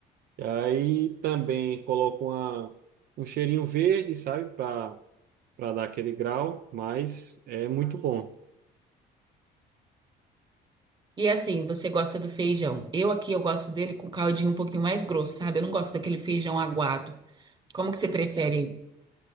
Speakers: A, on the right; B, on the right.
A: aí também coloco uma, um cheirinho verde, sabe, para para dar aquele grau, mas é muito bom.
B: E assim, você gosta do feijão. Eu aqui, eu gosto dele com caldinho um pouquinho mais grosso, sabe? Eu não gosto daquele feijão aguado. Como que você prefere ele?